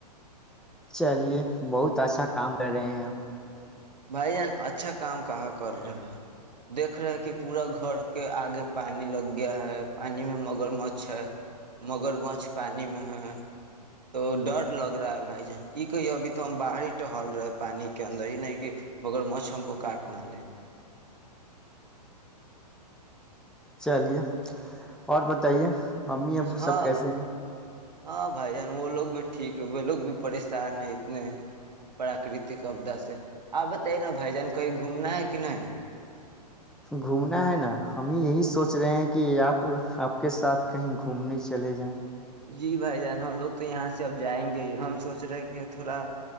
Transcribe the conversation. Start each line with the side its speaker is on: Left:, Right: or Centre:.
Centre: چلیے بہت اچھا کام کر رہے ہیں آپ
Right: بھائی جان اچھا کام کہاں کر رہے دیکھ رہے کہ پورا گھر کے آگے پانیانی لگ گیا ہے پانی میں مگر مچھ ہے مگر مچھ پانی میں ہے تو ڈر لگ رہا ہے بھائی جان یہ کہیے ابھی تو ہم باہر ہی ٹہل رہے پانی کے اندر ہی نہیں کہ مگرمچھ ہم کو کاٹ نہ لے۔
Centre: چلیے اور بتائیے۔ امی ابو
Right: ہاں
Centre: سب کیسے ہیں
Right: ہاں بھائی جان وہ لوگ۔ پھر ٹھیک ہے وہ لوگ بھی پریشان ہے اتنے پراکرتک اپدا سے آپ بتائیے نا بھائی جان کہیں گھومنا ہے کہ نہیں۔
Centre: گھومنا ہے نا ہمیں یہی سوچ رہے ہیں کہ آپ آپ کے ساتھ کہیں گھومنے چلے جائیں۔
Right: جی بھائی جان ہم لوگ تو یہاں سے اب جائیں گے ہی ہم سوچ رہے ہیں کہ تھوڑا